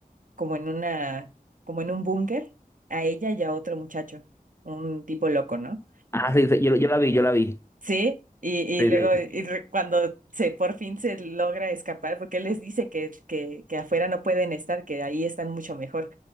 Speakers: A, on the right; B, on the left.
A: como en una, como en un búnker, a ella y a otro muchacho, un tipo loco, ¿no?
B: Ah, sí, sí, yo, yo la vi, yo la vi.
A: Sí, y, y
B: Sí,
A: luego
B: sí,
A: y re- cuando se por fin se logra escapar, porque él les dice que, que, que afuera no pueden estar, que ahí están mucho mejor.